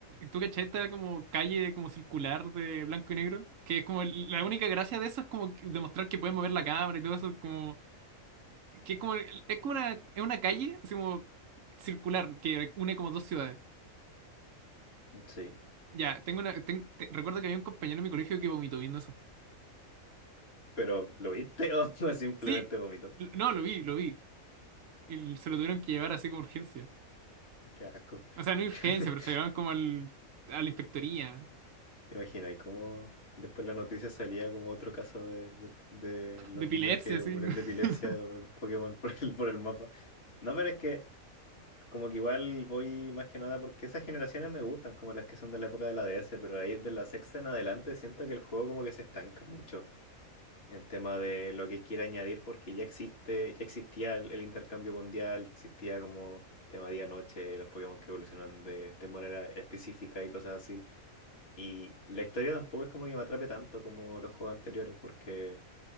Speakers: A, on the right; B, on the left.
A: ¿tú cachai esta como calle como circular de blanco y negro? Que es como el- la única gracia de eso es como que- demostrar que puedes mover la cámara y todo eso, como que es como es como una es una calle así como circular que une como dos ciudades.
B: Sí,
A: Ya, tengo una ten- te- recuerdo que había un compañero en mi colegio que vomitó viendo eso.
B: pero ¿lo viste <laughs> o simplemente
A: Sí,
B: vomito?
A: l- no, lo vi, lo vi. Y se lo tuvieron que llevar así como urgencia.
B: Qué asco.
A: O sea, no urgencia,
B: <laughs>
A: pero se llevaron como al a la inspectoría
B: ¿Te imaginas? Y cómo después la noticia salía como otro caso de, de- de los
A: de epilepsia
B: niños que
A: así.
B: mueren de epilepsia
A: <laughs>
B: con el Pokémon <laughs> por el, por el mapa. No, pero es que como que igual voy más que nada porque esas generaciones me gustan, como las que son de la época de la DS, pero ahí de la sexta en adelante siento que el juego como que se estanca mucho en tema de lo que quiere añadir porque ya existe, ya existía el, el intercambio mundial, ya existía como tema día-noche, los Pokémon que evolucionan de, de manera específica y cosas así. Y la historia tampoco es como que me atrape tanto como los juegos anteriores, porque